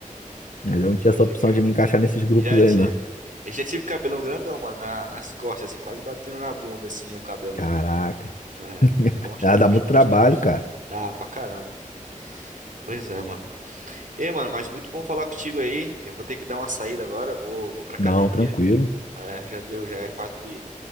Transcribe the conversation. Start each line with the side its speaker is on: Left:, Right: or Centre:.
Left: Mas eu não tinha
Right: pode
Left: essa opção
Right: crer.
Left: de me encaixar nesses grupos
Right: Já
Left: aí,
Right: tive.
Left: não.
Right: Eu já tive cabelão grandão, mano, na- nas costas, assim, quase batendo na bunda, assim, o cabelo,
Left: Caraca.
Right: mano. É,
Left: <laughs>
Right: foi bons
Left: Ah,
Right: tempos,
Left: dá muito
Right: bons
Left: trabalho,
Right: tempos.
Left: cara.
Right: Tá, pra caramba. Pois é, mano. Ei, mano, mas muito bom falar contigo aí. Eu vou ter que dar uma saída agora, eu vou, vou pra academia.
Left: Não, tranquilo.
Right: É, já deu, já é quatro de...